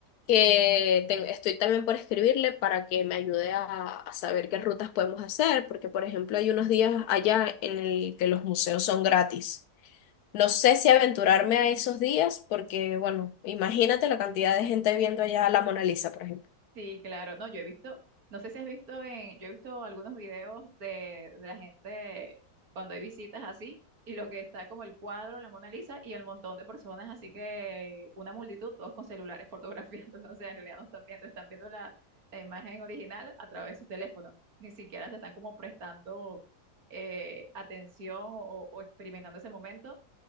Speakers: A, on the left; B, on the right.
A: que ten- estoy también por escribirle para que me ayude a, a saber qué rutas podemos hacer, porque por ejemplo hay unos días allá en el que los museos son gratis. No sé si aventurarme a esos días, porque bueno, imagínate la cantidad de gente viendo allá la Mona Lisa, por ejemplo.
B: Sí, claro. No, yo he visto, no sé si has visto en, yo he visto algunos videos de, de la gente cuando hay visitas así, y lo que está como el cuadro, la Mona Lisa, y el montón de personas, así que una multitud, todos con celulares fotografiándolo. <laughs> O sea, en realidad no están viendo, están viendo la, la imagen original a través de sus teléfonos. Ni siquiera se están como prestando eh, atención o, o experimentando ese momento